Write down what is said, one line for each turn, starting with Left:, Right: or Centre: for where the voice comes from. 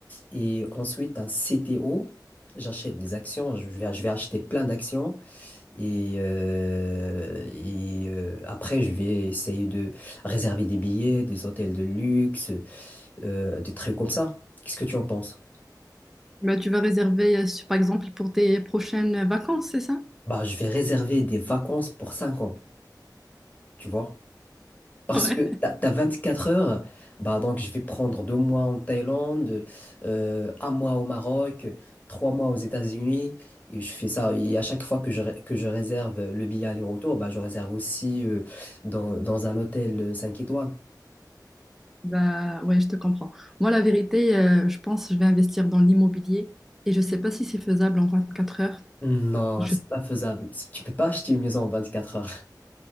Left: et ensuite un CTO. J'achète des actions, je vais, je vais acheter plein d'actions et, euh, et euh, après je vais essayer de réserver des billets, des hôtels de luxe, euh, des trucs comme ça. Qu'est-ce que tu en penses?
Centre: Bah, tu vas réserver, euh, par exemple, pour tes prochaines vacances, c'est ça?
Left: Bah, je vais réserver des vacances pour 5 ans, tu vois.
Centre: <laughs>
Left: Parce
Centre: Ouais.
Left: que t'as, t'as quatre heures, bah donc je vais prendre deux mois en Thaïlande, euh, un mois au Maroc, trois mois aux États-Unis, et je fais ça. Et à chaque fois que je, ré- que je réserve le billet aller-retour, bah je réserve aussi euh, dans, dans un hôtel euh, 5 étoiles.
Centre: Bah ouais, je te comprends. Moi, la vérité, euh, je pense que je vais investir dans l'immobilier et je sais pas si c'est faisable en 24 heures.
Left: Non,
Centre: Je
Left: c'est
Centre: sais
Left: pas faisable. C'est- Tu peux pas acheter une maison en 24 heures.